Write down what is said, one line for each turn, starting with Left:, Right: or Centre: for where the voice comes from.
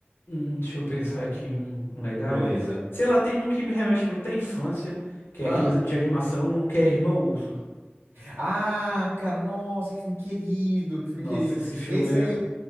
Left: Hum, deixa eu pensar aqui um, um legal.
Right: Beleza.
Left: Sei lá, tem um que me remete muito à infância, que é
Right: Ah.
Left: aquele de animação que é Irmão Urso.
Right: Ah, cara, nossa, que filme querido, que filme
Left: Nossa,
Right: querido.
Left: esse filme.
Right: Esse aí,
Left: é